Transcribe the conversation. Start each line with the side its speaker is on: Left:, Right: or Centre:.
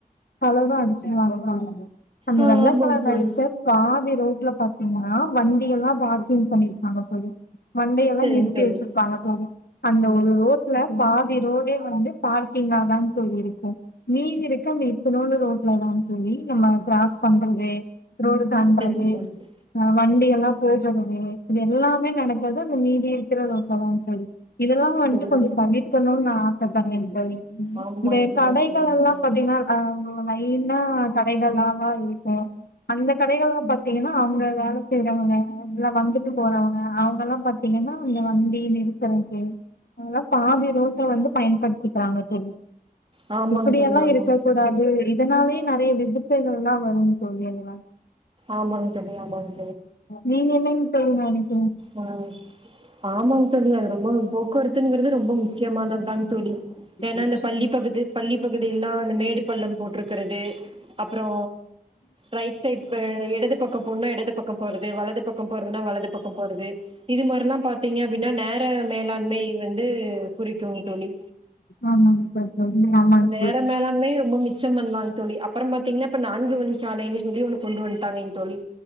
Left: அழகா அடிச்சுருவாங்க <unintelligible> அந்த
Right: ஆ
Left: வெள்ளைக்
Right: ஆமாங்க
Left: களர்
Right: தோழி
Left: அடிச்சே பாதி ரோடு ல பாத்தீங்கன்னா வண்டி எல்லா பார்க்கிங் பண்ணிருக்காங்க தோளி வண்டியெல்லா
Right: சரிங்க
Left: நிறுத்தி
Right: தோழி
Left: வெச்சிருப்பாங்க தோளி அந்த ஒரு ரோட்ல பாதி ரோடே வந்து பார்க்கிங்கா தா தோளி இருக்கு மீதி இருக்க அந்த இத்துணூண்டு ரோட்லதா தோளி நம்ம க்ராஸ் பண்றது ரோடு தாண்டறது
Right: சரிங்க தோழி
Left: ஆ வண்டி எல்லா போக்குறது இது எல்லாமே நடக்குறது அந்த மீதி இருக்குர ரோட்லதா தோளி இதெல்லா வண்டு
Right: சரி
Left: கொஞ்சு தவிர்க்கனு நா ஆச படுரந் தோளி
Right: ஆமாங்க
Left: உம் இந்த
Right: தோழி
Left: கடைகள்
Right: ஆமாங்க
Left: எல்லா
Right: தோழி
Left: பாத்தீங்கன்னா ஆ லைனா கடைகள்ல்லா தா இருக்கு அந்த கடைகள்லா பாத்தீங்கன்னா அங்க வேல செய்யறவங்க எல்லா வந்துட்டு போறவங்க அவங்கள்ல்லா பாத்தீங்கன்னா அந்த வண்டி நிறுத்தற்க்கு அதெல்லா பாதி ரோ டு வந்து பயன்படுத்திக்கிறாங்க தோழி
Right: ஆமாங்க
Left: இப்படியெல்லா
Right: தோழி ஆமாங்க
Left: இருக்க
Right: தோழி
Left: கூடாது இதனாலேயே நெறைய விதிப்பைகள்ல்லா வருங் தோழி அதுலா
Right: ஆமாங்க தோழி ஆமாங்க
Left: நீங்க என்னங் தோழி <unintelligible>
Right: உம் ஆமாங்க தோழி அது ரொம்ப போக்குவரத்துங்கிறது ரொம்ப முக்கியமானது தாங் தோழி
Left: சரி
Right: ஏனா இந்த பள்ளி பகுது பள்ளி பகுதிய எல்லா அந்த மேடு பள்ளம் போட்டிருக்கிறது அப்புறோ ரைட் சைட் அ இடது பக் கோ போனா இடது பக்கோ போறது வலது பக் கோ போறதுனா வலது பக் கோ போறது இது மாரில்லா பாத்தீங்க அப்டின்னா நேர மேலாண்மை வந்து குறிக்குங் தோழி
Left: ஆமாங்க சார். ஆமாங்க
Right: நேர மேலாண்மை ரொம்ப மிச்சம் பண்ணலாங்க தோழி அப்புற பாத்தீங்கன்னா இப்ப நான்கு வழிச்சாலைன்னு சொல்லி ஒன்னு கொண்டு வந்து ட்டாங்க இங் தோழி